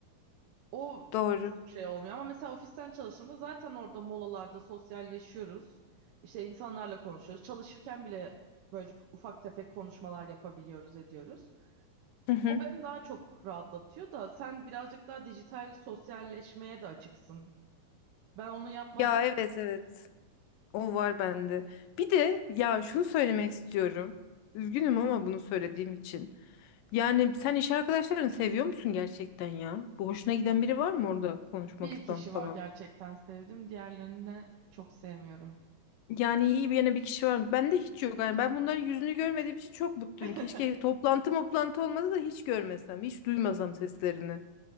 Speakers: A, on the right; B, on the left.
A: O
B: doğru.
A: çok şey olmuyor ama mesela ofisten çalıştığımda zaten orada molalarda sosyalleşiyoruz. İşte insanlarla konuşuyoruz. Çalışırken bile böyle ufak tefek konuşmalar yapabiliyoruz, ediyoruz.
B: Hı hı.
A: O beni daha çok rahatlatıyor da sen birazcık daha dijital sosyalleşmeye de açıksın. Ben onu yapmadım.
B: Ya evet evet o var bende. Bir de ya şunu söylemek istiyorum. Üzgünüm ama bunu söylediğim için. Yani sen iş arkadaşlarını seviyor musun gerçekten ya? Bu hoşuna giden biri var mı orada konuşmaktan
A: Bir kişi
B: falan?
A: var gerçekten sevdim. Diğerlerini de çok sevmiyorum.
B: Yani iyi bir yana bir kişi var mı? Bende hiç yok. Yani ben bunların yüzünü görmediğim için çok mutluyum.
A: <laughs>
B: Keşke toplantı toplantı olmadı da hiç görmesem, hiç duymasam seslerini.